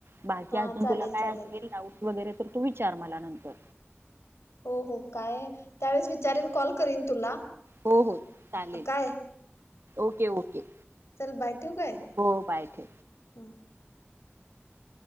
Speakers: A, on the right (about 65°); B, on the left (about 85°).
A: बाकी
B: हा
A: अजून
B: चालेल
A: तुला काय
B: चालेल
A: असेल डाऊट वगैरे- तू विचार मला नंतर.
B: हो हो काय त्यावेळेस विचारीन कॉल करीन तुला.
A: हो हो चालेल.
B: काय
A: ओके ओके.
B: चल बाय ठेवू काय?
A: हो बाय ठेव
B: हं